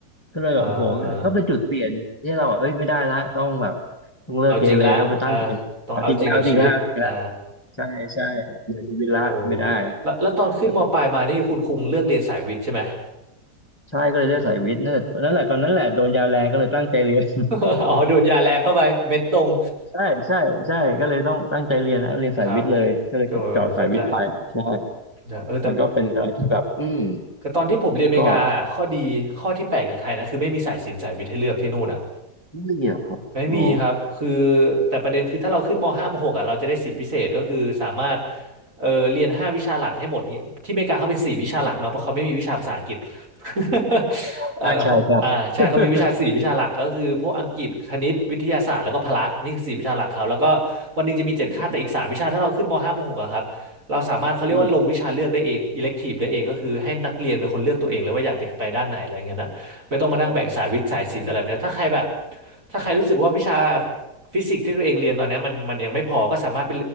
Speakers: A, on the left; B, on the right.
A: ก็เลยแบบโอ้โหก็เป็นจุดเปลี่ยนที่เราแบบเอ้ยไม่ได้ละต้องแบบ
B: เอ่อ
A: ต้องเลิกเกเรก็มาตั้งใจเอาจริงแล้วเอาจริงแล้วเอาจริงแล้ว
B: เอาจริงละอ่าต้องเอาจริงกับชีวิตอ่า
A: ใช่ใช่เริชีวิตละไม่ได้
B: โอ้แล้วแล้วตอนขึ้นมปลายมานี่คุณคุงเลือกเรียนสายวิทย์ใช่ไหม
A: ก็ใช่ก็เลยเลือกสายวิทย์นั่นแหละนั่นแหละตอนนั้นแหละโดนยาแรงก็เลยตั้งใจเรียน
B: <laughs> อ๋อโดนยาแรงเข้าไปเม็ดตรง
A: ใช่ใช่ใช่ก็เลยต้องตั้งใจเรียนนะเรียนสายวิทย์เลยก็เลยเจาะสายวิทย์ไปใช่
B: ครับเออเข้าใจนะเออแต่
A: มันก็เป็นอะไรที่แบบอืม
B: แต่ตอนที่ผมเรียนอเมริกาข้อดีข้อที่แปลกจากไทยนะคือไม่มีสายศิลป์สายวิทย์ให้เลือกที่นู่นอ่ะ
A: ก็ไม่เหรอครับโอ้
B: ไม่มีครับคือแต่ประเด็นคือถ้าเราขึ้นม .5 มหกอ่ะเราจะได้สิทธิพิเศษก็คือสามารถเออเรียนห้าวิชาหลักให้หมดเนี่ยที่อเมริกาเขาเป็นสี่วิชาหลักเนาะเพราะเขาไม่มีวิชาภาษาอังกฤษ
A: อืม
B: <laughs>
A: อ๋อใช่ใช่ใช่
B: เออเพราะอ่าใช่เขามีวิชาสี่วิชาหลักก็คือพวกอังกฤษคณิตวิทยาศาสตร์แล้วก็พละนี่คือสี่วิชาหลักเขาแล้วก็วันหนึงจะมีเจ็ดคาบแต่อีกสามวิชาถ้าเราขึ้นม
A: <laughs> อืม
B: .5 มหกอะครับเราสามารถเขาเรียกว่าลงวิชาเลือกได้เอง
A: อืม
B: elective ได้เองก็คือให้นักเรียนเป็นคนเลือกตัวเองเลยว่าอยากจะไปด้านไหนอะไรเงี้ยนะ ไม่ต้องมานั่งแบ่งสายวิทย์สายศิลป์อะไรแบบเนี้ยถ้าใครแบบ
A: อ๋อ
B: ถ้าใครรู้สึกว่าวิชาฟิสิกส์ที่ตัวเองเรียนตอนเนี้ยมันมันยังไม่พอก็สามารถไป